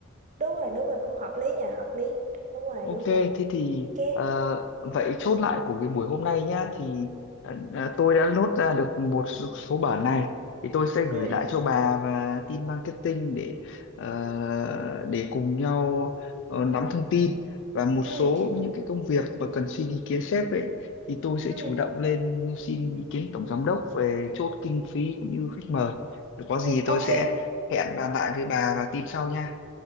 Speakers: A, on the right; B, on the left.
A: đúng rồi đúng rồi cũng hợp lý nha hợp lý đúng rồi
B: ok
A: đúng
B: thế
A: rồi
B: thì
A: ok
B: ờ, vậy chốt lại của cái buổi hôm nay nhá thì ờ, ờ, tôi đã lốt ra được một số, số bản này thì tôi sẽ gửi
A: ừ
B: lại cho bà và team marketing để ờ, để cùng nhau ờ, nắm thông tin và một số
A: ừ
B: những cái công việc mà cần xin ý kiến sếp ấy thì tôi sẽ
A: ừ
B: chủ động lên xin ý kiến tổng giám đốc về chốt kinh phí cũng như khách mời rồi có gì
A: ừ
B: tôi
A: ok
B: sẽ hẹn bàn lại với bà và team sau nha